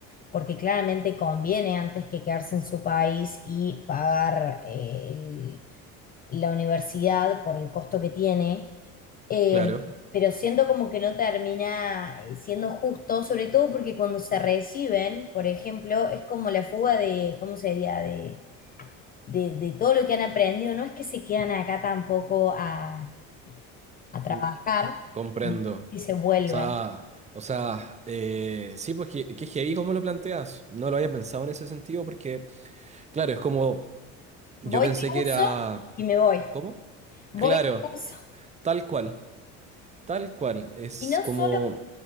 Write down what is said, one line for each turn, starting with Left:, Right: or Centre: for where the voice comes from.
Left: porque claramente conviene antes que quedarse en su país y pagar eh, el- la universidad por el costo que tiene eh,
Right: Claro.
Left: pero siento como que no termina eh, siendo justo, sobre todo porque cuando se reciben, por ejemplo, es como la fuga de, ¿cómo sería? De, de, de todo lo que han aprendido. No es que se quedan acá tampoco a, a trabajar,
Right: Mm. Comprendo.
Left: sino que se vuelven.
Right: O sea, o sea, eh, sí, pues que, que heavy cómo lo planteas. No lo había pensado en ese sentido porque, claro, es como, yo
Left: Voy,
Right: pensé
Left: te
Right: que
Left: uso
Right: era,
Left: y me voy.
Right: ¿cómo?
Left: Voy,
Right: Claro,
Left: te uso.
Right: tal cual, tal cual. Es
Left: Y no
Right: como,
Left: solo,